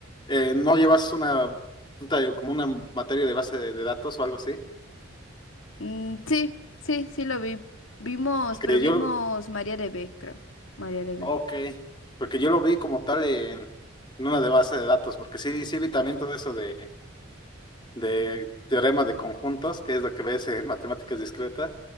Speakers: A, on the left; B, on the left.
A: Eh, ¿no llevas una, un taller- como una materia de base de, de datos o algo así?
B: Mm, sí, sí, sí lo vi. Vimos,
A: Porque
B: pero vimos
A: yo,
B: María de B, creo. María de B.
A: ok, porque yo lo vi como tal en, en una de base de datos, porque sí, sí vi también todo eso de de teorema de conjuntos, que es lo que ves en matemáticas discretas,